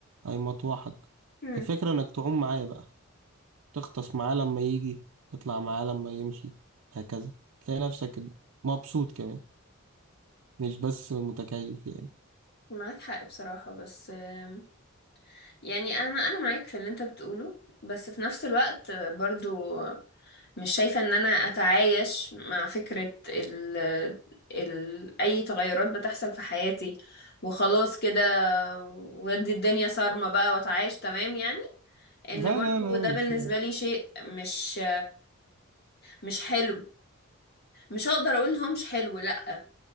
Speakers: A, on the right; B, on the left.
A: هيمطوحك
B: مم.
A: الفكرة انك تعوم معاه بقى تغطس معاه لما يجي تطلع معاه لما يمشي هكذا تلاقي نفسك مبسوط كمان مش بس متكيف يعني
B: معاك حق بصراحة بس آم، يعني انا انا معاك في اللي انت بتقوله بس في نفس الوقت آه، برضو مش شايفة ان انا اتعايش مع فكرة ال ال اي تغيرات بتحصل في حياتي وخلاص كده ودي الدنيا صارمة بقى واتعايش تمام يعني ان
A: لا
B: برضو
A: لا لا
B: ده
A: مش
B: بالنسبة لي شيء مش مش حلو مش هقدر اقول ان هو مش حلو لا